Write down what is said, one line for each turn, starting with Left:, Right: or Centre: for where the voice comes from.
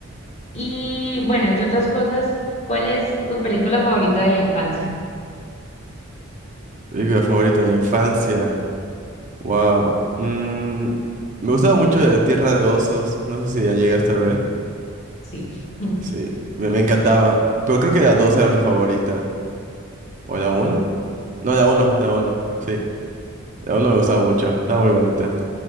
Left: Y bueno, entre otras cosas, ¿cuál es tu película favorita de la infancia?
Right: Película favorita de infancia. Wow. Mm, me gustaba mucho de Tierra de Osos. No sé si ya llegaste a ver.
Left: Sí. <laughs>
Right: Sí, me, me encantaba. Pero creo que la 2 era mi favorita. ¿O la uno. No, la uno, la uno, Sí, la uno me gustaba mucho. Estaba muy bonita.